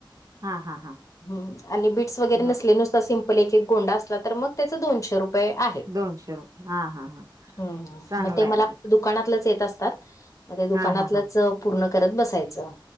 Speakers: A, on the right (about 45°); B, on the left (about 40°).
A: हा हा हा
B: हम्म आणि बीट्स वगैरे
A: ब
B: नसले नुसत पण एक एकोंड असला तर, मग त्याच दोनशेुपये बये आहे
A: दोनशे रुपये हा हा हा
B: हम्म
A: चांगला
B: म ते
A: आहे
B: मला.
A: मग
B: दुकानातलंच येत असतात मग ते दुकानातलंच
A: हा हा हा
B: पूर्ण करत बसायचं.